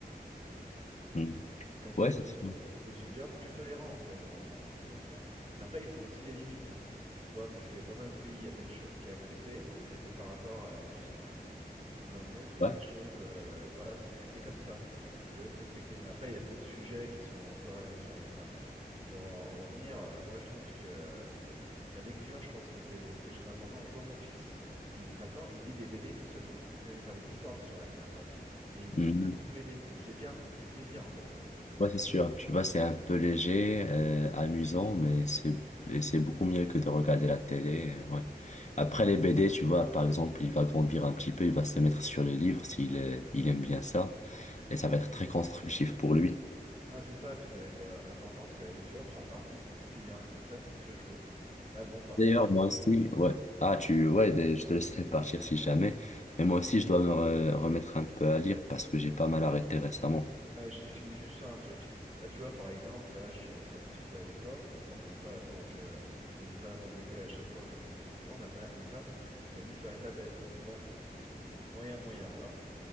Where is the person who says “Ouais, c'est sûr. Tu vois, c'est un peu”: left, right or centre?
Left